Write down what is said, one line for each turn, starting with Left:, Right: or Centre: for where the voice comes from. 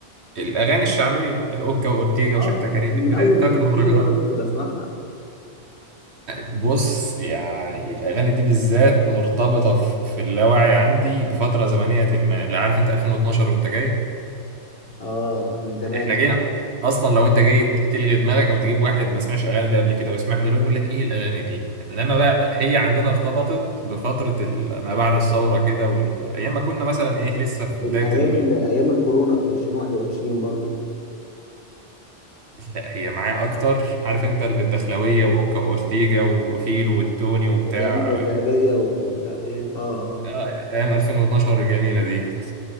Right: الاغاني الشعبيه الاوكا واورتيجا
Left: اه
Right: وشحتة كاريه
Left: انا
Right: البدايات
Left: من اول
Right: بتاعت
Left: ما نزله
Right: المهرجانات
Left: وانا كنت بسمعها
Right: بص يعني الاغاني دي بالذات مرتبطه في في اللاوعي عندي بفتره زمنيه ما لا عارف انت 2012 وانت جاي
Left: اه من زمان
Right: احنا جينا اصلا لو انت جيت تلغي دماغك او تجيب واحد ما سمعش الاغاني دي قبل كده ويسمعها دلوقتي يقول لك ايه الاغاني دي انما بقى هي عندنا ارتبطت بفتره ال- ما بعد الثوره كده والايام ما كنا مثلا ايه لسه في بدايه
Left: ايام
Right: ال...
Left: ال- ايام الكورونا في 2021 برضو
Right: لا هي معايا اكتر عارف انت الدخلويه واوكا اورتيجا وفيلو والتوني وبتاع
Left: والعلبه الذهبيه ومش عارف ايه اه اه
Right: آه، ايام 2012 الجميله ديت